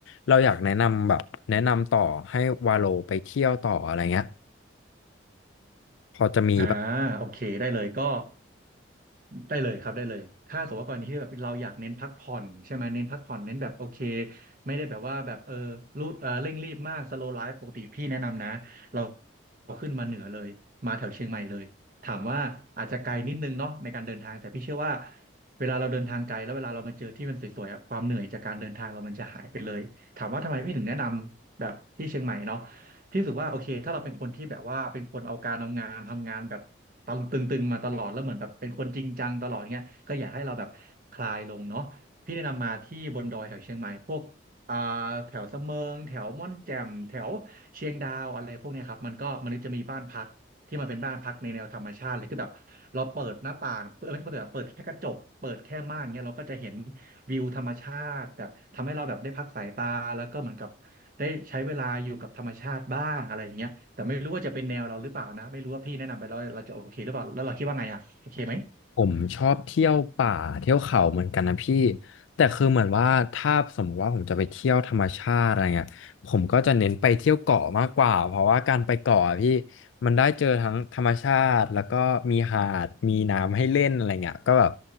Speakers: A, on the left (about 80°); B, on the right (about 45°).
A: เราอยากแนะนำแบบแนะนำต่อให้วาโลไปเที่ยวต่ออะไรเงี้ยพอจะมี
B: อ่าโอเคได้เลยก็ได้เลยครับได้เลยถ้าสมมติว่ากรณีที่แบบเราอยากเน้นพักผ่อนใช่ไหมเน้นพักผ่อนเน้นแบบโอเคไม่ได้แบบว่าแบบเออรูเออเร่งรีบมากสโลว์ไลฟ์ปกติพี่แนะนำนะเราขึ้นมาเหนือเลยมาแถวเชียงใหม่เลยถามว่าอาจจะไกลนิดนึงเนาะในการเดินทางแต่พี่เชื่อว่าเวลาเราเดินทางไกลแล้วเวลาเรามาเจอที่มันสวยๆอะความเหนื่อยจากการเดินทางเรามันจะหายไปเลยถามว่าทำไมพี่ถึงแนะนำแบบที่เชียงใหม่เนาะ พี่รู้สึกว่าโอเคถ้าเราเป็นคนที่แบบว่าเป็นคนเอาการเอางานทำงานแบบตึงตึงๆมาตลอดแล้วเหมือนแบบเป็นคนจริงจังตลอดเงี้ยก็อยากให้เราแบบคลายลงเนาะพี่แนะนำมาที่บนดอยแถวเชียงใหม่พวกอ่าแถวสะเมิงแถวม่อนแจ่มแถวเชียงดาวอะไรพวกเนี้ยครับมันก็มันจะมีบ้านพักที่มันเป็นบ้านพักในแนวธรรมชาติเลยคือแบบเราเปิดหน้าต่างเปิดไม่ใช่เปิด่เปิดแค่กระจกเปิดแค่ม่านเงี้ยเราก็จะเห็นวิวธรรมชาติแบบทำให้เราแบบได้พักสายตาแล้วก็เหมือนกับ ได้ใช้เวลาอยู่กับธรรมชาติบ้างอะไรอย่างเงี้ยแต่ไม่รู้ว่าจะเป็นแนวเราหรือเปล่านะไม่รู้ว่าพี่แนะนำไปแล้วเราจะโอเคหรือเปล่าแล้วเราคิดว่าไงอ่ะโอเคไหม
A: ผมชอบเที่ยวป่าเที่ยวเขาเหมือนกันนะพี่แต่คือเหมือนว่าถ้าสมมติว่าผมจะไปเที่ยวธรรมชาติอะไรเงี้ยผมก็จะเน้นไปเที่ยวเกาะมากกว่า เพราะว่าการไปเกาะอะพี่มันได้เจอทั้งธรรมชาติแล้วก็มีหาดมีน้ำให้เล่นอะไรเงี้ยก็แบบ